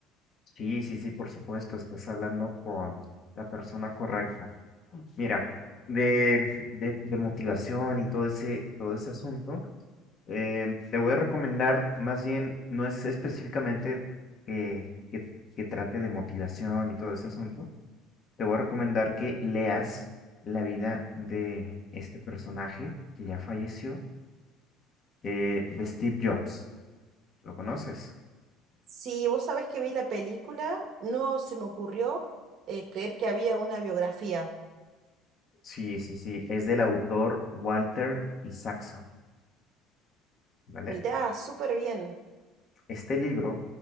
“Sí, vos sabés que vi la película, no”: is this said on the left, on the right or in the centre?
Right